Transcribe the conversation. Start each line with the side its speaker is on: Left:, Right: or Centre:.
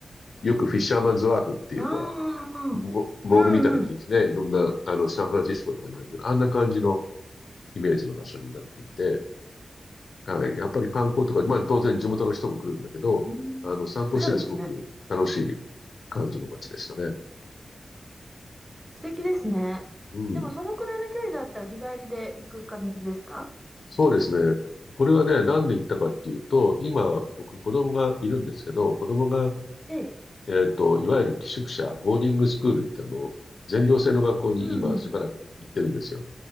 Left: よくフィッシャーマンズワーフっていう、
Centre: ああ、
Left: ほら、
Centre: うんうん。
Left: モモールみたいにね、
Centre: う
Left: いろんな、あの、サンフランシスコとかにもあるけど、あんな感じのイメージの場所になっていて、はい。やっぱり観光とか、まあ当然地元の人も来るんだけど、
Centre: ん、
Left: あの、散歩しててすごく楽しい感じの街でしたね。
Centre: おしゃれですね。素敵ですね。
Left: うん。
Centre: でも、そのくらいの距離だったら日帰りで行く感じですか
Left: そうですね。これはね、なんで言ったかっていうと、今、僕、子供がいるんですけど、子供が、
Centre: ええ。
Left: えっと、いわゆる寄宿舎、ボーディングスクールって、あの、全寮制の学校に今、
Centre: うんうん。
Left: しばらく行ってるんですよ。